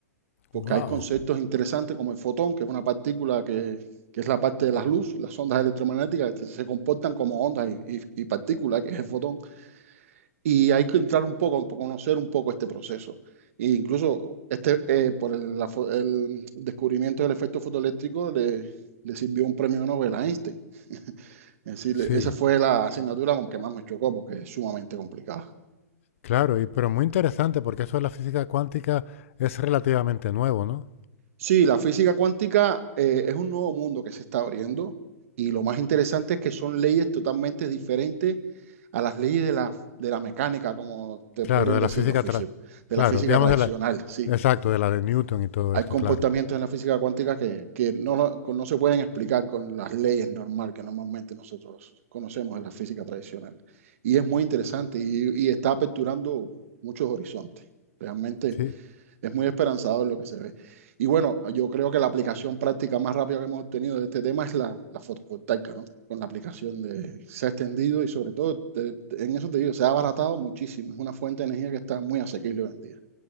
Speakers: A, on the right; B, on the left.
A: porque
B: Wow.
A: hay conceptos interesantes como el fotón, que es una partícula que, que es la parte de las luz, las ondas electromagnéticas que se comportan como ondas y, y- y partículas, que es el fotón, y hay que entrar un poco, conocer un poco este proceso. E incluso este, eh, por el, la el descubrimiento del efecto fotoeléctrico le, le sirvió un premio Nobel a Einstein. Es decir,
B: Sí,
A: esa fue la asignatura que más me chocó porque es sumamente complicada.
B: claro, y, pero muy interesante porque eso de la física cuántica es relativamente nuevo, ¿no?
A: Sí, la física cuántica eh, es un nuevo mundo que se está abriendo y lo más interesante es que son leyes totalmente diferentes a las leyes de la, de la mecánica, como te
B: Claro,
A: podrían
B: de
A: decir
B: la física,
A: los físicos,
B: tra- claro,
A: de la física
B: digamos
A: tradicional.
B: de la,
A: Sí,
B: exacto, de la de Newton y todo
A: hay
B: esto,
A: comportamientos
B: claro.
A: en la física cuántica que, que no, lo- con- no se pueden explicar con las leyes normal que normalmente nosotros conocemos en la física tradicional. Y es muy interesante y, y está aperturando muchos horizontes. Realmente
B: Sí.
A: es muy esperanzador lo que se ve. Y bueno, yo creo que la aplicación práctica más rápida que hemos obtenido de este tema es la, la fotovoltaica, ¿no? Con la aplicación de, se ha extendido y sobre todo, te- te- en eso te digo, se ha abaratado muchísimo. Es una fuente de energía que está muy asequible hoy en día.